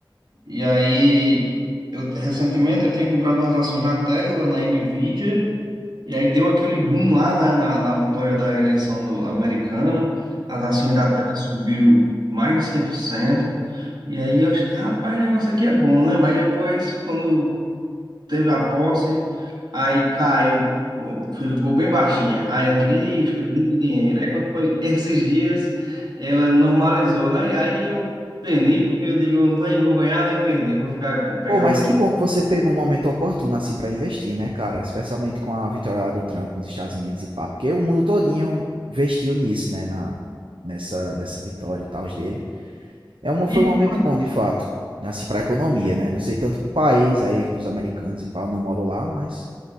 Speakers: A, on the right; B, on the right.
A: E aí, eu recentemente eu tinha comprado umas ações na Tesla, na Nvidia, e aí deu aquele boom lá na, na, na vitória da eleição do- americana. As ações
B: É.
A: da Tesla subiram mais de cem por cento E aí eu achei que, rapaz, o negócio aqui é bom, né? Mas depois, quando teve a posse, aí caiu, ficou bem baixinha. Aí eu digo, ixi, perdi meu dinheiro. Aí quando foi <laughs> esses dias, ela normalizou, né? E aí eu vendi, porque eu digo, eu nem vou ganhar nem perder, vou ficar com, pegar
B: Pô, mas
A: o meu dinheiro.
B: que bom que você pegou um momento oportuno, assim, pra investir, né, cara, especialmente com a vitória lá do Trump nos Estados Unidos e pá, porque o mundo todinho investiu nisso, né, na, nessa, nessa vitória e tal dele. É uma,
A: E
B: foi um
A: pior,
B: momento bom, de fato. Assim, para a economia, né? Não sei tanto para o país aí, dos americanos e pá, eu não moro lá, mas